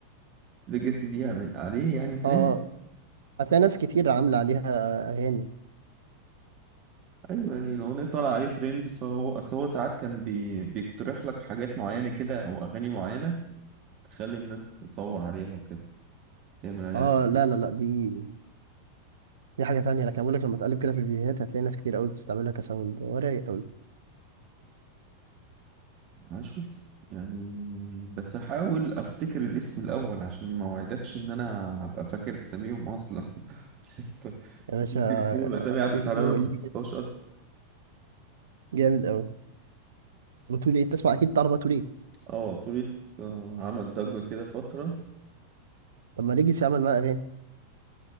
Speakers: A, on the right (about 40°); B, on the right (about 65°).
A: ليجاسي دي علي- عليه يعني ترند
B: اه هتلاقي ناس كتير عامله عليها اغاني
A: أيوة يعني الأغنية طالعة عليه ترند فهو أصل هو ساعات كان بي... بيقترح لك حاجات معينة كده أو أغاني معينة تخلي الناس تصور عليها وكده تعمل عليها
B: اه
A: فيديو.
B: لا لا لا دي دي حاجه تانية لكن بقول لك لما تقلب كده في الفيديوهات هتلاقي ناس كتير قوي بتستعملها كساوند ورايق قوي
A: هشوف يعني بس هحاول أفتكر الاسم الأول عشان ما وعدكش إن أنا هبقى فاكر أساميهم أصلا <laughs>
B: يا باشا
A: ممكن
B: آه،
A: يكون الأسامي عدت
B: اسمه
A: عليا وأنا ما
B: ليجاسي
A: حفظتهاش أصلا
B: جامد قوي وتو ليت تسمع اكيد تعرف بقى تو ليت
A: اه طولة آه، عمل ضجة كده فترة
B: طب ما ليجاسي عمل معاه اغاني